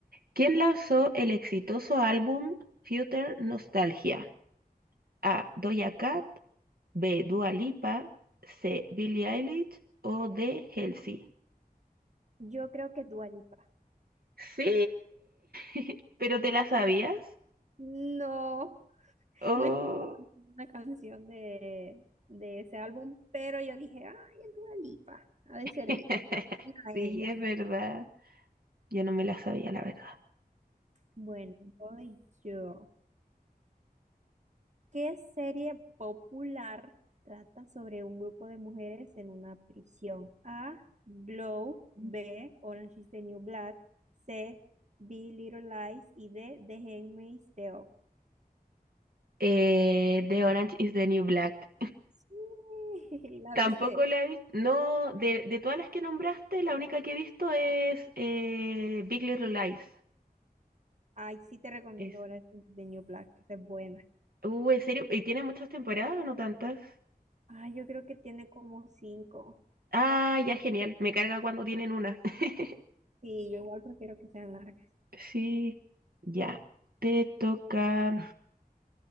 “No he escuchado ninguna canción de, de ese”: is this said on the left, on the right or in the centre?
Right